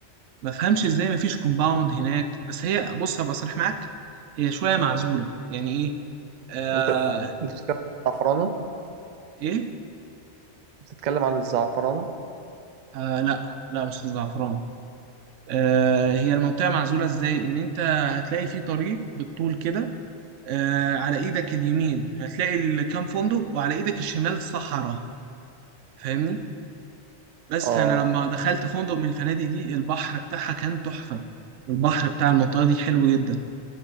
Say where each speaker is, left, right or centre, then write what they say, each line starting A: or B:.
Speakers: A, on the right; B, on the right.
A: ما فهمش ازاي ما فيش كومباوند هناك بس هي بص هبقى صريح معاك هي شويه معزوله يعني ايه آه
B: انت انت بتتكلم عن الزعفرانة
A: ايه
B: بتتكلم عن الزعفرانة
A: آه لا لا مش الزعفران آه هي المنطقه معزوله ازاي ان انت هتلاقي في طريق بالطول كده آه على ايدك اليمين هتلاقي ال- كام فندق وعلى ايدك الشمال صحراء فاهمني بس
B: اه
A: انا لما دخلت فندق من الفنادق دي البحر بتاعها كان تحفه البحر بتاع المنطقه دي حلو جدا